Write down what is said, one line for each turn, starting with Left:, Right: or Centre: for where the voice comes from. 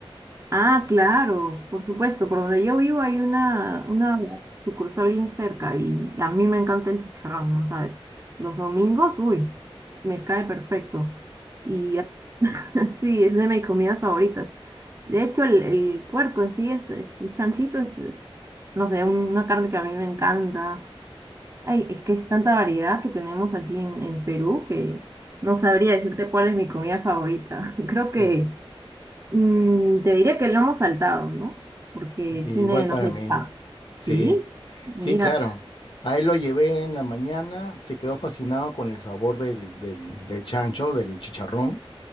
Right: Ah, claro, por supuesto, por donde yo vivo hay una, una sucursal bien cerca y a mí me encanta el chicharrón, ¿no sabes? Los domingos, uy, me cae perfecto. Y <laughs> sí, es de mis comidas favoritas. De hecho, el, el puerco en sí es, es el chanchito, es, es, no sé, una carne que a mí me encanta. Ay, es que es tanta variedad que tenemos aquí en, en Perú que no sabría decirte cuál es mi comida favorita. <laughs> Creo que
Left: Mm,
Right: mm, te diría que el lomo saltado, ¿no? Porque
Left: i-
Right: tiene,
Left: Igual
Right: no
Left: para
Right: sé,
Left: mí,
Right: pa- Sí,
Left: sí.
Right: mira.
Left: Sí, claro. A él lo llevé en la mañana, se quedó fascinado con el sabor del, del, del chancho, del chicharrón.